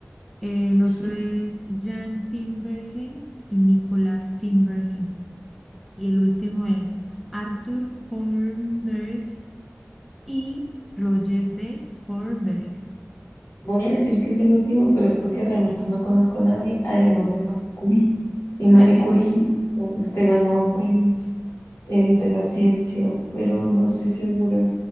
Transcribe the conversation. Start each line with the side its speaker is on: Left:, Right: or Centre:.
Centre: El otro
Left: Sí,
Centre: es Jan Timbergen y Nicolás Timbergen. Y el último es Arthur Kornberg y Roger de Kornberg.
Left: Voy a decir que es el último, pero es porque realmente no conozco a nadie, además de Marie Curie. Y Marie
Centre: <laughs>
Left: Curie, este ganó fue el, el de la ciencia, pero no estoy segura.